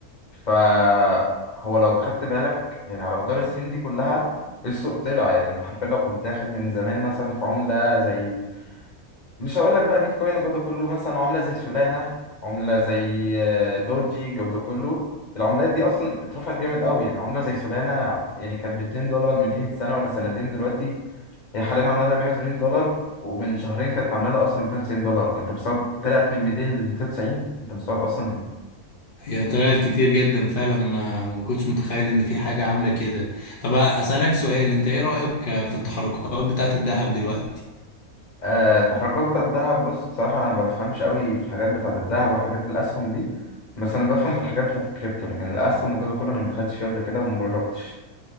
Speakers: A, on the left; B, on the left.
A: فهو لو خدت بالك يعني على مدار السنين دي كلها السوق طلع يعني أنت حرفيا لو كنت داخل من زمان مثلا في عملة زي مش هقول لك بقى بيتكوين والجو ده كله مثلا عملة زي سولانا عملة زي آه، دوجي الجو ده كله العملات دي اصلا اترفعت جامد قوي يعني عملة زي سولانا يعني كانت ب 2 دولار من قيمة سنة ولا سنتين دلوقتي هي حاليا عاملة لها 180 دولار ومن شهرين كانت عاملة لها اصلا 290 دولار انت مستوعب طلعت من 200 ل 290 انت مستوعب اصلا
B: هي طلعت كتير جدا فعلا انا ما كنتش متخيل ان في حاجة عاملة كده طب هسألك سؤال انت ايه رأيك في التحركات بتاعة الذهب دلوقتي
A: آه التحركات بتاعت الذهب بص بصراحة انا ما بفهمش قوي في الحاجات بتاعت الذهب والحاجات الاسهم دي بس انا بفهم في الحاجات بتاعت الكريبتو لكن الاسهم والجو ده كله انا ما دخلتش فيه قبل كده وما جربتش